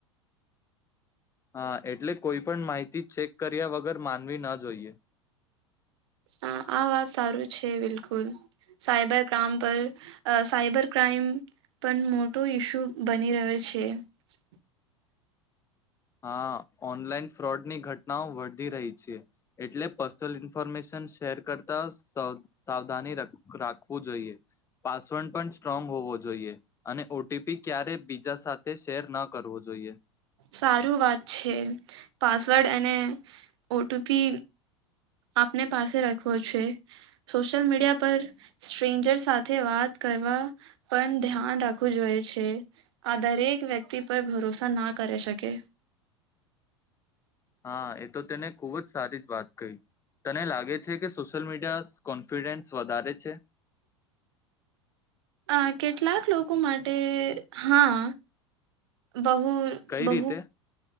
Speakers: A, on the left (about 20°); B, on the right (about 60°).
A: હા, એટલે કોઈ પણ માહિતી ચેક કર્યા વગર માનવી ન જોઈએ.
B: હા, આ વાત સારું છે બિલકુલ. સાયબર ક્રાઈમ પર સાયબર ક્રાઈમ પણ મોટો ઈસ્યુ બની રહ્યો છે. છે.
A: હા, ઓનલાઈન ફ્રોડની ઘટનાઓ વધી રહી છે. એટલે પર્સનલ ઇન્ફોર્મેશન શેર કરતા સાવધાની રાખવું જોઈએ. પાસવર્ડ પણ સ્ટ્રોંગ હોવો જોઈએ, અને ઓ ટી પી ક્યારે બીજા સાથે શેર ના કરવો જોઈએ.
B: સારું વાત છે. પાસવર્ડ અને ઓ ટી પી આપને પાસે રાખવો છે. સોશિયલ મીડિયા પર સ્ટ્રેન્જર સાથે વાત કરવા પણ ધ્યાન રાખવું જોઈ છે. આ દરેક વ્યક્તિ પર ભરોસા ના કરે શકે.
A: હા, એ તો તેને ખૂબ જ સારી જ વાત કહી. તને લાગે છે કે સોશિયલ મીડિયા કોન્ફિડન્સ વધારે છે?
B: આ કેટલાક લોકો માટે, હા. બહુ,
A: કઈ
B: બહુ
A: રીતે